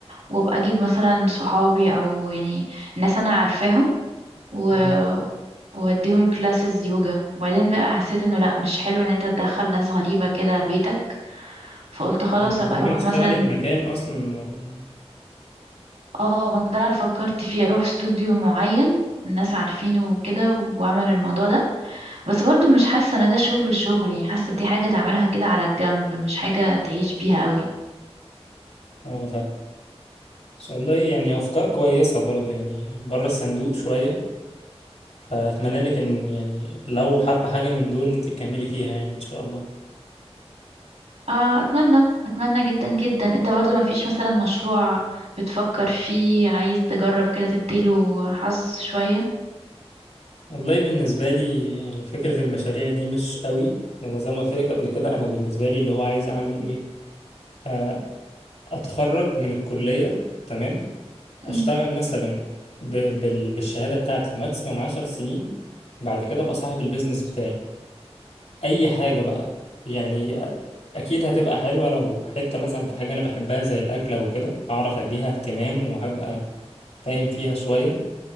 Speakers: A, on the right (about 85°); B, on the left (about 80°).
A: وأبقى أجيب مثلا صحابي أو يعني ناس أنا عارفاهم و...
B: مم.
A: واديهم كلاسز يوجا وبعدين بقى حسيت انه لا مش حلو ان انت تدخل ناس غريبة كده بيتك فقلت خلاص
B: طب ما أنت
A: ابقى
B: ممكن
A: اروح
B: تشتغلي
A: مثلا
B: في مكان أصلا ما-
A: اه ما ده انا فكرت فيه اروح استوديو معين الناس عارفينه وكده واعمل الموضوع ده بس برضو مش حاسة ان ده شغل الشغل يعني حاسة دي حاجة تعملها كده على الجنب مش حاجة تعيش بيها قوي
B: اه فاهم إن شاء الله يعني أفكار كويسة برضو يعني بره الصندوق شوية فأتمنى لك إن يعني لو حابة حاجة من دول إن أنت تكملي فيها يعني إن شاء الله
A: آه اتمنى اتمنى جدا جدا انت برضو ما فيش مثلا مشروع بتفكر فيه عايز تجرب كده تديله حظ شوية
B: والله بالنسبة لي يعني فكرة المشاريع دي مش قوي لأن زي ما قلت لك قبل كده أنا بالنسبة لي اللي هو عايز أعمل إيه آه، أتخرج من الكلية تمام اشتغل
A: مم.
B: مثلا ب... بال... بالشهاده بتاعتي ماكسيمم 10 سنين بعد كده ابقى صاحب البيزنس بتاعي اي حاجه بقى يعني أ- اكيد هتبقى حلوه لو حته مثلا في حاجه انا بحبها زي الاكل او كده هعرف اديها اهتمام وهبقى فاهم فيها شويه